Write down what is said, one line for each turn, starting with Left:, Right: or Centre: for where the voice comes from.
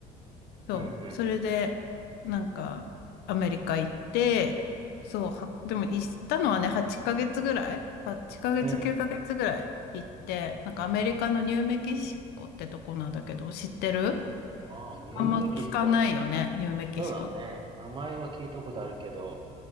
Left: そう。
Right: うん、う
Left: それで、なんか、アメリカ行って、そう、は、でも行ったのはね、8ヶ月ぐらい ?8 ヶ月、
Right: ん、うん。
Left: 9ヶ月ぐらい行って、なんかアメリカのニューメキシコってとこなんだけど、知ってる
Right: ああ、ニューメキシコ。
Left: あんま聞かないよね、ニューメキシコって。
Right: そうだね。名前は聞いたことあるけど、